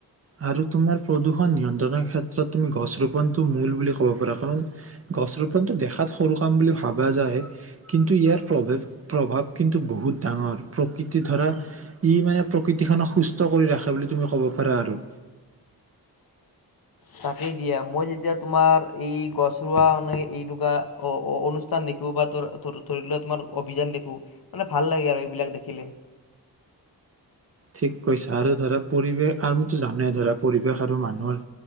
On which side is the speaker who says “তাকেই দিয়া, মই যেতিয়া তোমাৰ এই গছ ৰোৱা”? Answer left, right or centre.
Left